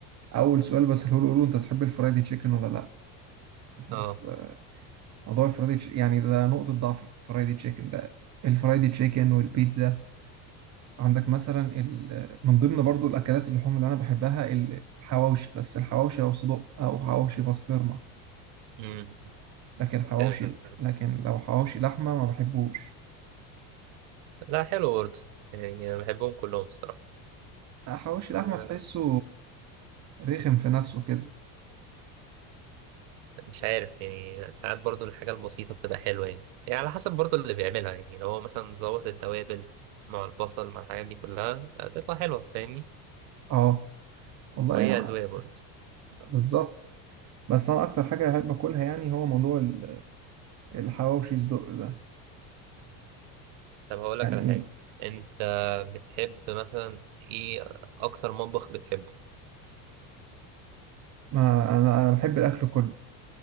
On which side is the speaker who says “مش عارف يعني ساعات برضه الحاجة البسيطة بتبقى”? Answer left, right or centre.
Right